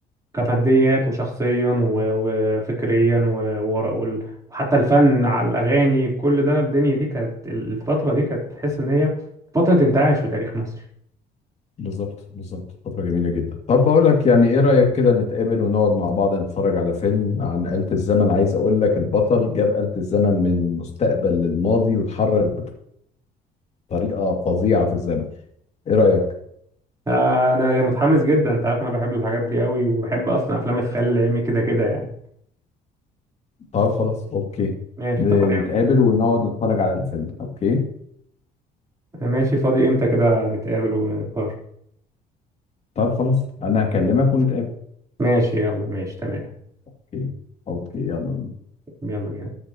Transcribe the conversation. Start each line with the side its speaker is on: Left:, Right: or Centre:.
Right: كماديات وشخصيا و- وفكريا و- ور- وال- وحتى الفن على الأغاني كل ده الدنيا دي كانت الفترة دي كانت تحس إن هي فترة انتعاش في تاريخ مصر
Left: بالظبط بالظبط فتره جميله جدا طب بقول لك يعني ايه رايك كده نتقابل ونقعد مع بعض نتفرج على فيلم عن آلة الزمن عايز اقول لك البطل جاب آلة الزمن من المستقبل للماضي واتحرك بطريقه فظيعه في الزمن ايه رايك
Right: آه، أنا متحمس جدا أنت عارف أنا بحب الحاجات دي قوي وبحب أصلا أفلام الخيال العلمي كده كده يعني
Left: طب خلاص اوكي
Right: ماشي
Left: ن-
Right: أنت فاضي
Left: نتقابل ونقعد نتفرج على الفيلم اوكي
Right: ماشي فاضي امتى كده نتقابل ونقرر
Left: طب خلاص انا هكلمك ونتقابل
Right: ماشي يلا ماشي تمام
Left: اوكي اوكي يلا بينا
Right: يلا بينا